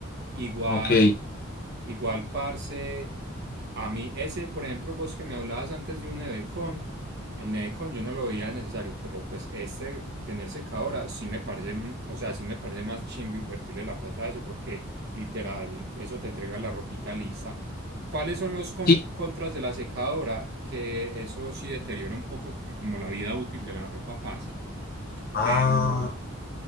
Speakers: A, on the right; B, on the left.
A: Igual.
B: ok.
A: Igual, parce, a mí ese, por ejemplo, vos que me hablabas antes de un Nevecon, el Nevecon yo no lo veía necesario, pero pues este tener secadora sí me parece, m- o sea, sí me parece más chimbo invertirle la plata a eso porque literal eso te entrega la ropita lisa. ¿Cuáles son los con-
B: Sí.
A: contras de la secadora? Que eso sí deteriora un poco como la vida útil de la ropa, parce,
B: Ah.
A: pero,